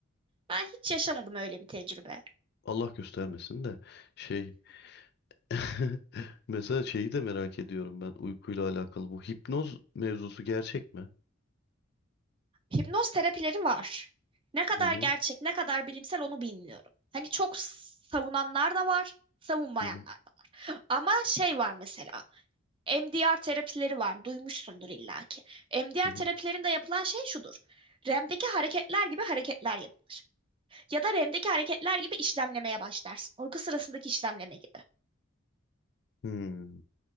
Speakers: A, on the right (about 25°); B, on the left (about 55°).
A: Ben hiç yaşamadım öyle bir tecrübe.
B: Allah göstermesin de şey <laughs> mesela şeyi de merak ediyorum ben uykuyla alakalı bu hipnoz mevzusu gerçek mi?
A: Hipnoz terapileri var. Ne kadar
B: Hı hı
A: gerçek, ne kadar bilimsel onu bilmiyorum. Hani çok savunanlar da var, savunmayanlar
B: hı hı.
A: da var. Ama şey var mesela, MDR terapileri var. Duymuşsundur illaki. MDR
B: hı hı.
A: terapilerinde yapılan şey şudur. REM'deki hareketler gibi hareketler yapılır. Ya da REM'deki hareketler gibi işlemlemeye başlarsın. Uyku sırasındaki işlemleme gibi.
B: Hmm.